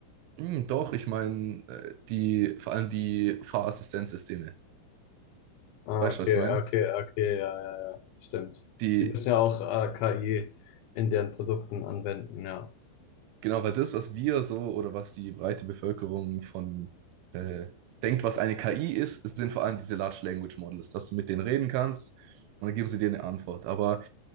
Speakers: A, on the right; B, on the left.
A: Hm, doch, ich meine, äh, die, vor allem die Fahrassistenzsysteme.
B: Ah,
A: Weißt
B: okay,
A: du, was ich meine?
B: okay, okay, ja, ja, ja, stimmt.
A: Die,
B: Die müssen ja auch äh, KI in deren Produkten anwenden, ja. <laughs>
A: genau, weil das, was wir so oder was die breite Bevölkerung von äh, denkt, was eine KI ist, sind vor allem diese Large Language Models, dass du mit denen reden kannst und dann geben sie dir eine Antwort. Aber